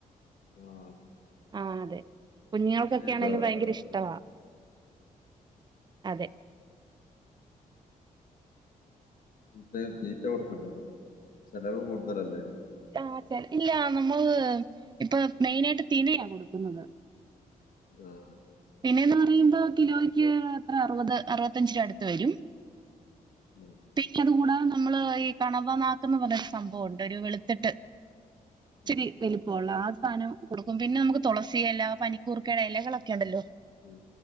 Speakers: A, on the left (about 65°); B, on the right (about 30°).
A: ആ
B: ആഹ് അതെ കുഞ്ഞെൾക്കൊക്കെയാണെലും
A: കൃഷിയുണ്ടോ അവിടെ
B: ഭയങ്കര ഇഷ്ട്ടവാ അതെ
A: ഇത്റ്റേ തീറ്റ കൊടുക്കണ്ടേ ചെലവ് കൂട്തലല്ലേ
B: ആഹ് ചെല ഇല്ലാന്നും നമ്മള് ഇപ്പ മെയ്നാട്ട് തിനയാ കൊട്ക്കുന്നത്
A: ആഹ്
B: തിനെന്ന് പറയ്മ്പ കിലോയ്ക്ക് എത്ര അറുവത് അറുപത്തഞ്ച് രൂപ അടുത്ത് വരും
A: ഉം
B: പിന്നെ അത് കൂടാത നമ്മള് ഐ കണവ ന്നാക്ക്ന്ന് പറയുന്ന സംഭവുണ്ട് ഒരു വെള്ത്തിട്ട് ഇച്ചിരി
A: ഉം
B: വലിപ്പോള്ള ആ സാനം കൊട്ക്കും പിന്ന നമക്ക് തൊളസി എല പനിക്കൂർക്കെട എലകളെക്കെ ഉണ്ടല്ലോ
A: ഉം